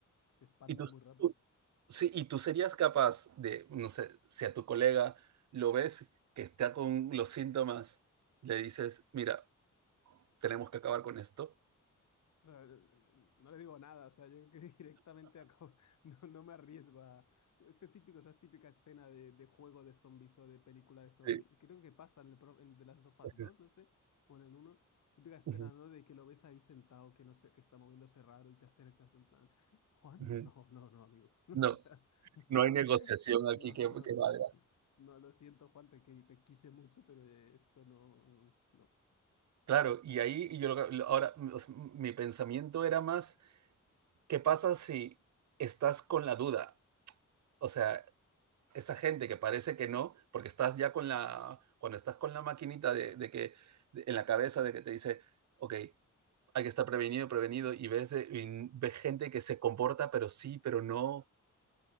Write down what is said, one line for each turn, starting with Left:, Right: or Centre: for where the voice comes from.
Left: se expande
Right: y tú,
Left: muy rápido.
Right: tú- sí, y tú serías capaz de, no sé, si a tu colega lo ves que está con los síntomas, le dices, mira, tenemos que acabar con esto.
Left: O sea, no le digo nada, o sea, yo creo que <laughs> directamente acabo- no, no me arriesgo a este típico, esa típica escena de, de juego de zombies o de película de zombies.
Right: Sí,
Left: Creo que pasa en, el pro- en The Last of Us
Right: ujú,
Left: 2, no sé, o en el uno. típica escena,
Right: ujú,
Left: ¿no? De que lo ves ahí sentado, que no sé, que está moviéndose raro y te acercas en plan, ¿Juan?
Right: ujú.
Left: No, no, no, amigo. <laughs> O
Right: No,
Left: sea, no,
Right: no hay negociación aquí
Left: no,
Right: que, que
Left: no, no,
Right: valga.
Left: no, lo siento, Juan, te, que- te quise mucho, pero eh, esto no, no.
Right: Claro, y ahí yo lo- lo- ahora o sea, mi pensamiento era más, ¿qué pasa si estás con la duda? O sea, esa gente que parece que no, porque estás ya con la, cuando estás con la maquinita de, de que de- en la cabeza de que te dice, ok, hay que estar prevenido, prevenido, y ves, eh, y ves gente que se comporta, pero sí, pero no.